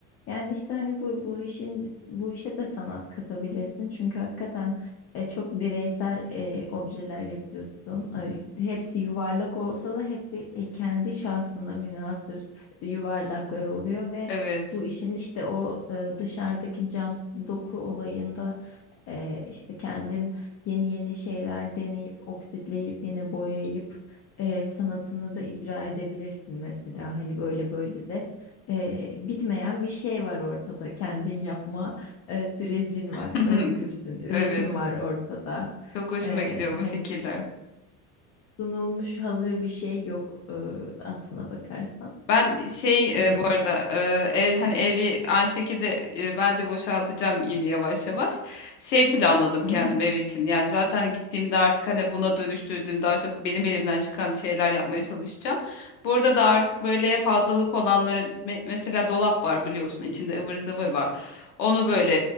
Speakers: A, on the left; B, on the left.
A: Yani işte hani bu bu işin bu işe de sanat katabilirsin. Çünkü hakikaten e, çok bireysel e, objeler yapıyorsun. Ay, hepsi yuvarlak olsa da hepsi e, kendi şahsına münhasır yuvarlaklar oluyor ve
B: Evet.
A: bu işin işte o e, dışarıdaki cam doku olayında e, işte kendin yeni yeni şeyler deneyip oksitleyip yine boyayıp e, sanatını da icra edebilirsin mesela hani böyle böyle de e, bitmeyen bir şey var ortada. Kendin yapma e, sürecin var.
B: <laughs>
A: Özgürsün. Üretim
B: Evet.
A: var ortada.
B: Çok hoşuma
A: E,
B: gidiyor bu
A: hani
B: fikirler.
A: sunulmuş hazır bir şey yok e, aslına bakarsan.
B: Ben şey
A: Öyle.
B: e, bu arada e, ev hani evi aynı şekilde e, ben de boşaltacağım yine yavaş yavaş. Şey planladım
A: Hı
B: kendim
A: hı.
B: ev için. Yani zaten gittiğimde artık hani buna dönüştürdüğüm daha çok benim elimden çıkan şeyler yapmaya çalışacağım. Burada da artık böyle fazlalık olanları me- mesela dolap var biliyorsun içinde ıvır zıvır var. Onu böyle